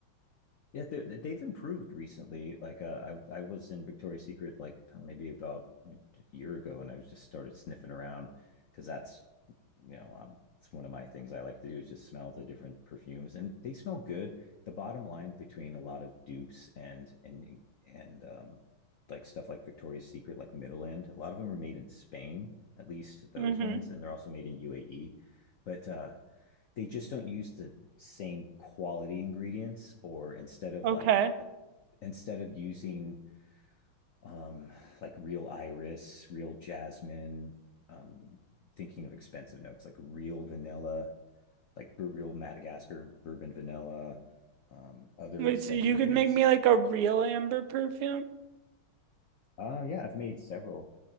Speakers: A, on the left; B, on the right.
A: Yeah, they they've improved recently. Like uh, I I was in Victoria's Secret like uh, maybe about like, a year ago, and I just started sniffing around because that's you know um it's one of my things I like to do is just smell the different perfumes, and they smell good. The bottom line between a lot of dupes and and and um like stuff like Victoria's Secret, like middle end, a lot of them are made in Spain, at least those
B: Mm-hmm.
A: ones, and they're also made in UAE. But uh, they just don't use the same quality ingredients or instead of
B: Okay.
A: like a, instead of using um like real iris real jasmine um thinking of expensive notes like real vanilla like real madagascar bourbon vanilla um other
B: Wait,
A: expensive
B: so you
A: ingredients
B: could make me like a real amber perfume?
A: Oh uh yeah i've made several